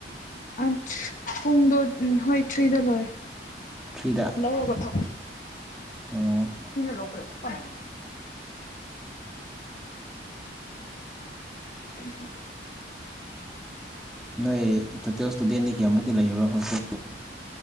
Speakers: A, on the left; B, in the centre.
A: ꯑꯁ ꯄꯨꯡꯗꯣ ꯍꯣꯏ ꯊ꯭ꯔꯤꯗ ꯂꯣꯏꯔꯦ
B: ꯊ꯭ꯔꯤꯗ
A: ꯂꯧꯔꯒ ꯊꯛꯑꯣ
B: ꯑꯣ
A: ꯃꯤꯅ ꯂꯧꯕ꯭ꯔꯣ <inaudible> <inaudible>
B: ꯅꯣꯏ ꯇꯣꯇꯦꯜ ꯁ꯭ꯇꯨꯗꯦꯟꯗꯤ ꯀꯌꯥꯃꯨꯛꯇꯤ ꯂꯩꯕ꯭ꯔꯣ ꯍꯣꯁꯇꯦꯜꯗ